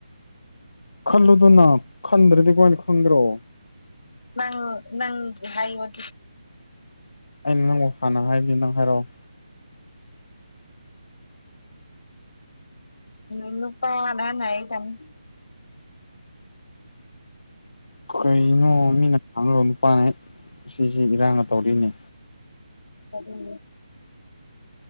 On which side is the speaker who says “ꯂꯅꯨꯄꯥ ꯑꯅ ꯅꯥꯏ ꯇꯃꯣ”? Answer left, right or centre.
Left